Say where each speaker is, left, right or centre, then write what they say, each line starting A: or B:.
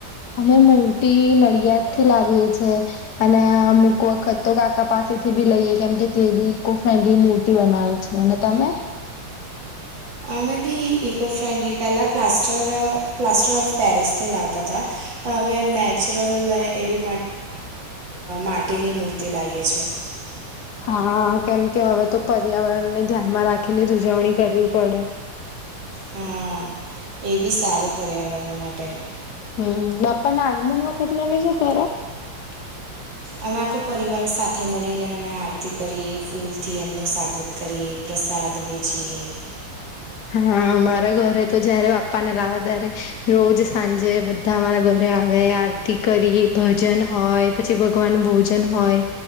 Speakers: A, on the left (about 70°); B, on the right (about 75°).
A: અમે મૂર્તિ નડિયાદથી લાવીએ છીએ. અને અમુક વખત તો કાકા પાસેથી બી લઈએ, કેમ કે તે બી ઇકો ફ્રેન્ડલી મૂર્તિ બનાવે. અનેને તમે
B: હ મે બી ઇકો ફ્રેન્ડલી પલા પસસ્ટ્ટર પ્લાસ્ટર ઓફ પેરિસથી લાવતા હતા. પણ હવે નેચરલ એવી માટીની મૂર્તિ લાવીએ છીએ.
A: હા, કેમ કે હવે તો પર્યાવરણને ધ્યાનમાં રાખીને જ ઉજવણી કરવી પડે.
B: હા, એ બી સારું પર્યાવરણ માટે.
A: હમ, બાપ્પાના આગમન વખતે તમે શું કરો? <inaudible>
B: અમે આખો પરિવાર સાથે મળીને અમે આરતી કરી એ ફૂલથી એમનો સાગવત કરીએ પ્રસાદ બેચીએ
A: હા, મારા ઘરે તો જયારે બાપ્પા ને લાવવા ત્યારે રોજ સાંજે ધ અમારા ઘરે આવે આરતી કરી ભજન હોય, પછી ભગવાનનું ભોજન હોય.